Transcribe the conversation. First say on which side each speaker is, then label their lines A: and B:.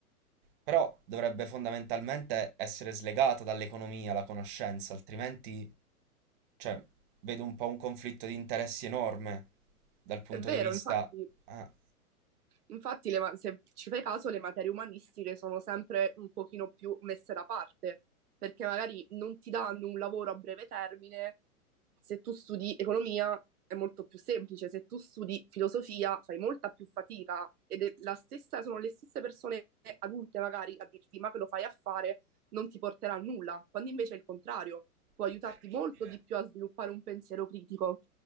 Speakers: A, on the right (about 35°); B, on the right (about 80°).
A: Però dovrebbe fondamentalmente essere slegata dall'economia la conoscenza, altrimenti, cioè, vedo un po' un conflitto di interessi enorme dal punto
B: È vero,
A: di vista...
B: infatti,
A: Ah.
B: infatti le ma- se ci fai caso, le materie umanistiche sono sempre un pochino più messe da parte, perché magari non ti danno un lavoro a breve termine se tu studi economia è molto più semplice, se tu studi filosofia fai molta più fatica ed è la stessa, sono le stesse persone adulte magari a dirti ma che lo fai a fare non ti porterà a nulla, quando invece è il contrario, può
A: È
B: aiutarti
A: terribile,
B: molto di più a sviluppare un pensiero critico.